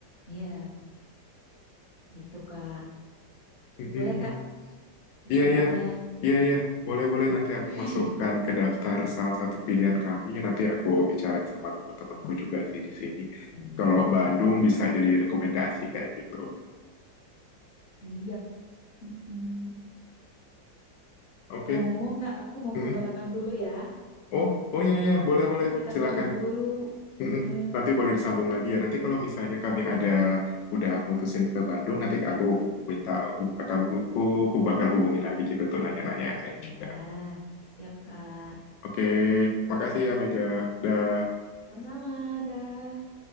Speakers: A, on the left; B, on the left.
A: Iya, gitu, Kak.
B: Mm-mm.
A: Boleh, Kak? Dicoba
B: Iya iya
A: aja.
B: iya iya boleh boleh nanti aku
A: <laughs>
B: masukkan ke daftar salah satu pilihan kami nanti aku bicara sama teman-temanku juga sih di sini.
A: Siap,
B: Kalau Bandung
A: Kak.
B: bisa jadi rekomendasi kayak gitu.
A: Siap. Mm-mm.
B: Oke.
A: Ngomong-ngomong, Kak, aku mau
B: Mm-mm.
A: ke belakang dulu ya.
B: Oh oh iya iya boleh boleh
A: Ntar kita
B: silakan.
A: sambung dulu.
B: Mm-mm.
A: Heeh.
B: Nanti boleh disambung lagi ya. Nanti kalau misalnya kami
A: Iya,
B: ada udah mutusin ke Bandung, nanti aku minta hu- kamu ku, ku bakal hubungi lagi gitu untuk nanya-nanya yang lain
A: iya.
B: juga.
A: Siap, Kak.
B: Oke, makasih ya Mega. Dah.
A: Sama-sama, dah.